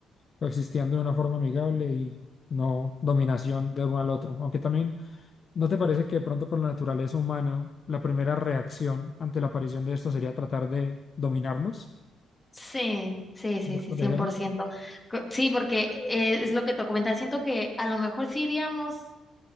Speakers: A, on the left; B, on the left.
A: coexistiendo de una forma amigable y no dominación de uno al otro, aunque también... ¿No te parece que de pronto por la naturaleza humana, la primera reacción ante la aparición de esto sería tratar de dominarnos,
B: sí, sí, sí,
A: por
B: sí,
A: protegernos?
B: 100%. Co- Sí, porque eh, es lo que te comentaba. Siento que a lo mejor sí iríamos